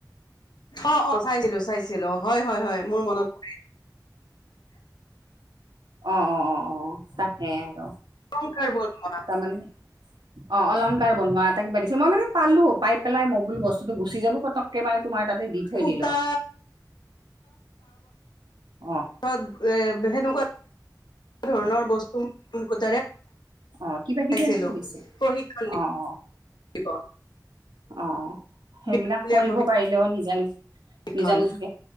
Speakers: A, on the left; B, on the right.
A: অ', অ' চাইছিলো-চাইছিলো, হয়-হয়-হয় মোৰ মনত পৰি
B: অ', অ, অ, অ' তাকে আৰু
A: অলংকাৰ বনোৱা
B: তাৰমানে অ' অলংকাৰ বনোৱা এটা কিবা দিছে। মই মানে পালো পাই পেলাই মই বোলো বস্তুতটো গুচি যাব পতক তাতে মানে তোমাৰ তাতে দি থৈ
A: সূতা
B: দিলো অ'।
A: তাৰ পিচত এ সেনেকুৱা ধৰণৰ বস্তু <unintelligible>
B: অ কিবা কিবি
A: চাইছিলো
B: এনেকে দিছে
A: প্ৰশিক্ষণ
B: অ
A: দিব।
B: অ অ' সেইবিলাক
A: বিনামূলীয়া
B: কৰিব পাৰিলেও নিজে-নিজে
A: প্ৰশিক্ষণ
B: নিজা নিজিকে